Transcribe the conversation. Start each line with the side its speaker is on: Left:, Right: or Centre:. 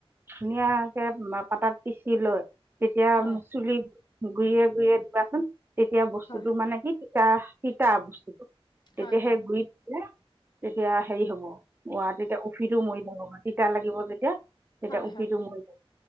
Right: ধুনীয়াকে পাতাত পিচি লৈ তেতিয়া
Left: হয় হয়
Right: চুলি, গুৰিয়ে গুৰিয়ে দিবাচোন। তেতিয়া বস্তুতটো
Left: হয়
Right: মানে কি, তিতা, তিতা বস্তু, তেতিয়াহে
Left: হয় হয়
Right: গুৰিত দিলে, তেতিয়া হেৰি হব ৱা তেতিয়া উফিটো মৰি যাব তিতা লাগিব যেতিয়া তেতিয়া
Left: হয়
Right: উফিটো মৰি যাব